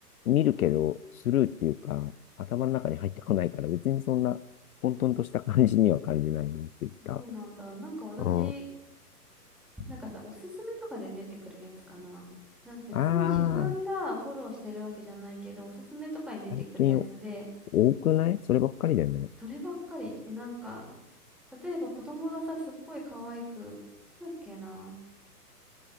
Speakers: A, on the left; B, in the centre.
A: う見るけどスルーっていうか、頭の中に入ってこないから別にそんな混沌とした感じには感じないな、ツイッタ
B: そうなんだ。なんか私、
A: ー。うん。
B: なんかさ、おすすめとかで出てくるやつかな。なんか別に自分がフォローしてるわけじゃないけど、
A: ああ、
B: おすすめとかに出てくるやつで、
A: 最近多くないそればっかりだよね。
B: そればっかり。で、なんか、例えば子供がさ、すっごい可愛く、なんだっけな。